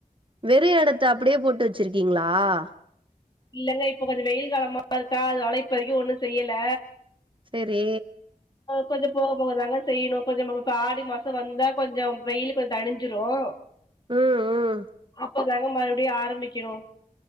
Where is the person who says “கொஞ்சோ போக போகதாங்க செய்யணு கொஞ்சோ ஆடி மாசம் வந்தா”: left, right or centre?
Left